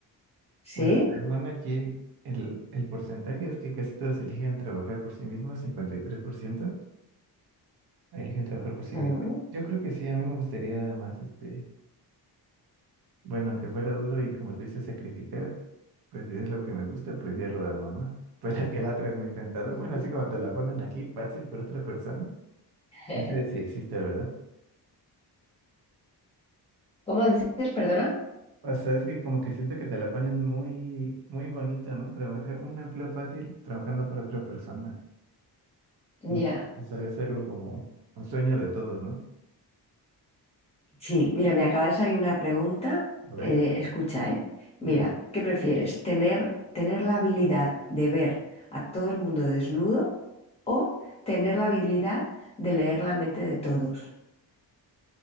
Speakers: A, on the left (about 15°); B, on the right (about 65°).
A: ¿Sí?
B: Bueno, según aquí, el, el porcentaje es que casi todos eligen trabajar por sí mismos, 53% eligen trabajar por sí
A: Ah.
B: mismos. Yo creo que sí, a mí me gustaría más, este, bueno, aunque fuera duro y como tú dices, sacrificar, pues si es lo que me gusta, pues ya lo hago, ¿no? <laughs> Pero es que la otra es muy tentadora.
A: Ujú.
B: Bueno, así como te la ponen aquí, fácil para otra persona.
A: <laughs>
B: Entonces sí existe, ¿verdad?
A: ¿Cómo dices, perdona?
B: O sea, es que como que siento que te la ponen muy, muy bonito, ¿no? Trabajar un empleo fácil trabajando por otra persona.
A: Ya.
B: No, pues, es algo como un sueño de todos, ¿no?
A: Sí, mira, me acaba de salir una pregunta.
B: A ver.
A: eh, escucha, ¿eh? Mira,
B: Ah.
A: ¿qué prefieres? ¿Tener, tener la habilidad de ver a todo el mundo desnudo o tener la habilidad de leer la mente de todos?